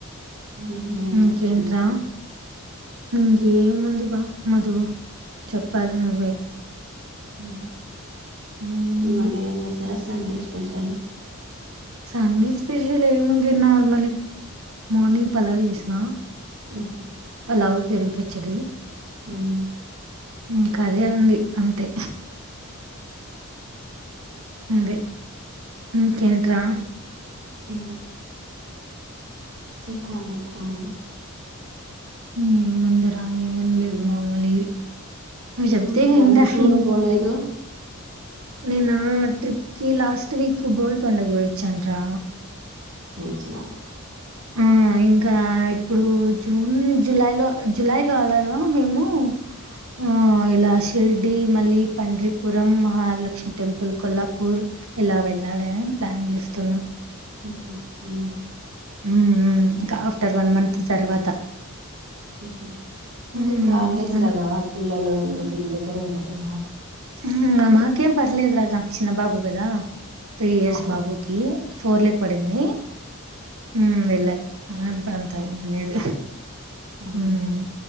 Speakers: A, on the right; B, on the right.
A: ఉమ్ ఏంటక్క
B: ఇకేంట్రా
A: ఇంకా
B: ఇంకా ఏముంది బ మధు చెప్పాలి. నువ్వే
A: హ
B: హ్మ్
A: మరీ ఏం చేసెస్ సండే స్పెషల్
B: సండే స్పెషల్ ఏముం ముంది నార్మలి మార్నింగ్ పలావ్ చేసిన
A: ఉహు
B: పలావ్ <unintelligible> పచ్చడి
A: హ్మ్
B: ఇంకా అదే ఉంది. అంతే అదే ఇకెంట్రా
A: ఆ చెప్పండి మామ
B: మీ మందర్ ఆ ఏం లేదు మాములి నువ్వు చెప్తే
A: నువ్వే ఎక్కడికి
B: ఇంట
A: టూర్
B: ఏముంది.
A: పోలేదు
B: నేనా ట్రిప్ కి లాస్ట్ వీక్ బోయితండకి పోయోచ్చాన్రా
A: పిలిచినవా
B: ఆ ఇంకా ఇప్పుడు జూన్ జులై లో జులై లో అలాగా మేము ఆ ఇలా షిర్డి మళ్ళీ పండ్రిపురం మహాలక్ష్మి టెంపుల్ కొల్లాపూర్ ఇలా వెళ్ళాలి అని ప్లాన్ చేస్తున్నాం
A: ఊహూ ఉమ్
B: ఉమ్మ్ మ్మ్ ఇంకా ఆఫ్టర్ వన్ మంత్ తర్వాత
A: ఊహూ
B: హ్మ్
A: అంటే ఇప్పుడు హాలిడేస్
B: అలా
A: కదా పిల్లలు ఎందుకు ఇంటి దగ్గర కడే ఉంటారు రా
B: ఉమ్ మాకేం పర్లేదు రాజ చిన్న బాబు గదా త్రీ ఇయర్స్
A: ఆహా
B: బాబుకి ఫోర్ లేక్ పడింది ఉమ్ వెళ్ళన్ ఆ అంత అంతా ఎం లేదు
A: ఆ
B: హ్మ్